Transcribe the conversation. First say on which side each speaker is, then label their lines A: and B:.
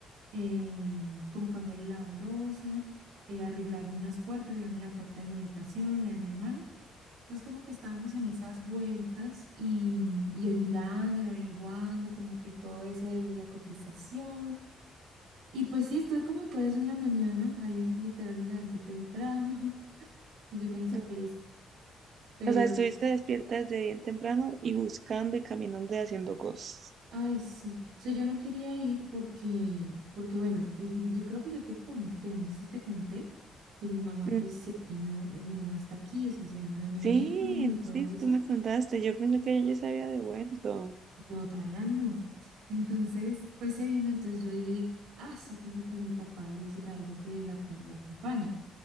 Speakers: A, on the right (about 80°); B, on the right (about 55°).
A: eh, como cambiarle la baldosa, eh, arreglar unas puertas, digamos la puerta de mi habitación, la de mi hermano. Entonces como que estábamos en esas vueltas y, y mirando y averiguando como que todo eso de la cotización. Y pues sí, estuve como todo eso en la mañana, ahí literal me levanté temprano <laughs> y yo con esa
B: Mm.
A: pereza. Pero,
B: O sea, estuviste despierta desde bien temprano y buscando y caminando y haciendo cosas.
A: ay, sí, o sea, yo no quería ir porque, porque bueno, es- yo creo que yo te conté, no sé si te conté, que mi mamá
B: Mm.
A: pues se vino, eh, mi mamá está aquí, o sea, se vino de Medellín
B: Sí,
A: y todo
B: sí,
A: eso.
B: tú me contaste. Yo pensé que ella ya se había devuelto.
A: No, todavía no. Entonces, pues se vino, entonces yo dije, ah, su fijo, pues mi papá le dice a ella que la, acom- la acompañe.